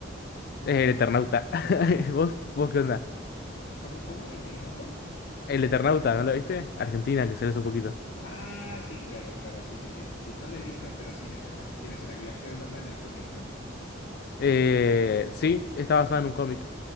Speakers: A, on the left; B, on the left.
A: Es el Eternauta. <laughs> ¿Vos, vos qué onda?
B: ¿Y cómo, cómo? ¿Internauta?
A: El Eternauta, ¿no lo viste? Argentina, que sale hace poquito.
B: Ah, sí, claro, claro. Sí, sí, sí, sí, sí. No la he visto, pero sí me suena. Sí me suena. La que está basada en el cómic, ¿no?
A: Eh, sí, está basada en un cómic.